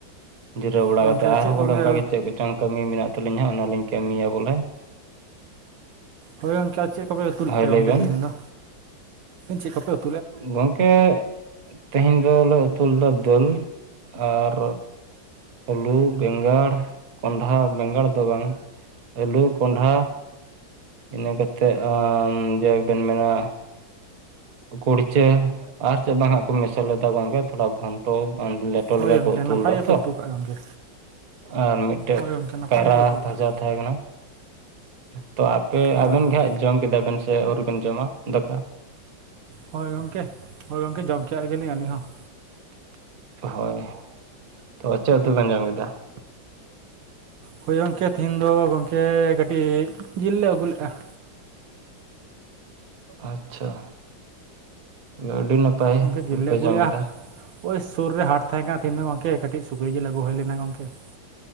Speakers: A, on the right; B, on the right.
A: ᱡᱤᱨᱟᱹᱣ ᱵᱟᱲᱟ
B: ᱜᱚᱢᱠᱮ
A: ᱠᱟᱛᱮᱫ ᱟᱨᱦᱚᱸ
B: ᱪᱮᱫ
A: ᱵᱚᱞᱮ
B: ᱜᱚᱢᱠᱮ
A: ᱚᱱᱠᱟᱮ ᱪᱮᱫ ᱠᱚᱪᱚᱝ ᱠᱟᱹᱢᱤ ᱢᱮᱱᱟᱜ ᱛᱟᱹᱞᱤᱧ ᱦᱟᱸᱜ ᱚᱱᱟᱞᱤᱧ ᱠᱟᱹᱢᱤᱭᱟ ᱵᱚᱞᱮ᱾
B: ᱦᱳᱭ ᱜᱚᱢᱠᱮ ᱟᱨ ᱪᱮᱫ ᱠᱚᱯᱮ ᱩᱛᱩ ᱞᱮᱫ
A: ᱦᱳᱭ
B: ᱛᱮ ᱜᱚᱢᱠᱮ
A: ᱞᱟᱹᱭ ᱵᱮᱱ
B: ᱛᱮᱦᱤᱧ ᱫᱚ? ᱪᱮᱫ ᱠᱚᱯᱮ ᱩ
A: ᱜᱚᱢᱠᱮ ᱛᱮᱦᱮᱧ ᱫᱚ ᱞᱮ ᱩᱛᱩ ᱞᱮᱫᱟ ᱫᱟᱹᱞ ᱟᱨ ᱟᱹᱞᱩ, ᱵᱮᱸᱜᱟᱲ, ᱠᱚᱸᱰᱷᱟ ᱵᱮᱸᱜᱟᱲ ᱫᱚ ᱵᱟᱝ᱾ ᱟᱹᱞᱩ, ᱠᱚᱸᱰᱷᱟ᱾ ᱤᱱᱟᱹᱠᱟᱛᱮᱫ ᱟᱢ ᱡᱮᱫᱵᱤᱱ ᱢᱮᱱᱟ ᱠᱩᱲᱪᱟᱹ ᱟᱨ ᱪᱮᱫ ᱵᱟᱝ ᱦᱟᱸᱜ ᱠᱚ ᱢᱮᱥᱟᱞ ᱞᱮᱫᱟ ᱜᱚᱝᱠᱮ ᱛᱷᱚᱲᱟ ᱜᱷᱚᱱᱴᱚ <unintelligible> ᱞᱮᱴᱚ
B: ᱦᱳᱭ
A: ᱞᱮᱠᱟ
B: ᱜᱚᱢᱠᱮ
A: ᱩᱛᱩ
B: ᱱᱟᱯᱟᱭ
A: ᱞᱮᱫᱟ
B: ᱜᱮᱯᱮ
A: ᱛᱚ
B: ᱩᱛᱩ
A: ᱾
B: ᱠᱟᱜᱼᱟ ᱜᱚᱢᱠᱮ
A: ᱟᱨ ᱢᱤᱫᱴᱮᱡ
B: ᱦᱳᱭ ᱜᱚᱢᱠᱮ ᱱᱟᱯᱟᱭ
A: ᱠᱟᱭᱨᱟ
B: ᱜᱮᱯᱮ ᱩᱛᱩ
A: ᱵᱷᱟᱡᱟ
B: ᱠᱟᱜᱼᱟ
A: ᱛᱟᱦᱮᱸ ᱠᱟᱱᱟ ᱾ ᱛᱚ ᱟᱯᱮ
B: ᱦᱳᱭ
A: ᱟᱵᱮᱱ
B: ᱦᱳᱭ
A: ᱜᱮ ᱦᱟᱸᱜ ᱡᱚᱢ ᱠᱮᱫᱟ ᱵᱮᱱ ᱥᱮ ᱟᱹᱣᱨᱤ ᱵᱮᱱ ᱡᱚᱢᱟ ᱫᱟᱠᱟ?
B: ᱦᱳᱭ ᱜᱚᱝᱠᱮ, ᱦᱳᱭ ᱜᱚᱢᱠᱮ ᱡᱚᱢ ᱠᱮᱫ ᱜᱮᱭᱟ ᱞᱤᱧ ᱟᱹᱞᱤᱧ ᱦᱚᱸ ᱾
A: ᱦᱳᱭ, ᱛᱚ ᱪᱮᱫ ᱩᱛᱩ ᱵᱮᱱ ᱡᱚᱢ ᱠᱮᱫᱟ?
B: ᱦᱳᱭ ᱜᱚᱝᱠᱮ ᱛᱤᱦᱤᱧ ᱫᱚ ᱜᱚᱝᱠᱮ ᱠᱟᱹᱴᱤᱡ ᱡᱤᱞ ᱞᱮ ᱟᱹᱜᱩ ᱞᱮᱫᱼᱟ ᱾
A: ᱟᱪᱪᱷᱟ, ᱟᱹᱰᱤ ᱱᱟᱯᱟᱭ
B: ᱜᱚᱢᱠᱮ ᱡᱤᱞ
A: ᱜᱮᱯᱮ
B: ᱞᱮ ᱟᱹᱜᱩ
A: ᱡᱚᱢ
B: ᱞᱮᱫᱼᱟ
A: ᱠᱮᱫᱟ ᱾
B: ᱳᱭ ᱥᱩᱨ ᱨᱮ ᱦᱟᱴ ᱛᱟᱦᱮᱸ ᱠᱟᱱᱟ ᱛᱮᱦᱮᱧ ᱫᱚ ᱜᱚᱝᱠᱮ ᱠᱟᱹᱴᱤᱡ ᱥᱩᱠᱨᱤ ᱡᱮᱞ ᱟᱹᱜᱩ ᱦᱩᱭ ᱞᱮᱱᱟ ᱜᱚᱝᱠᱮ ᱾